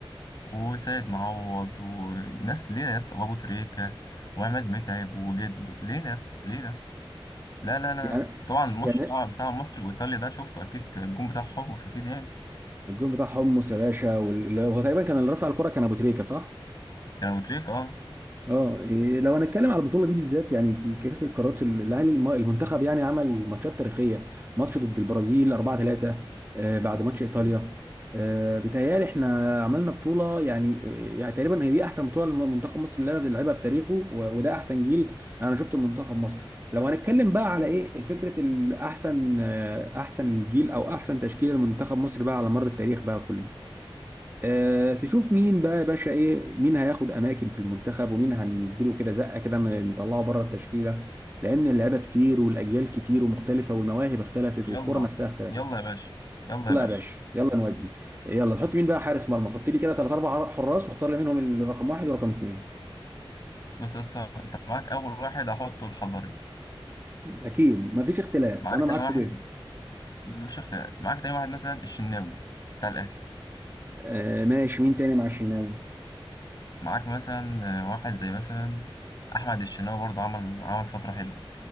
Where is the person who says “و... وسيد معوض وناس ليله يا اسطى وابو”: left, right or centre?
Left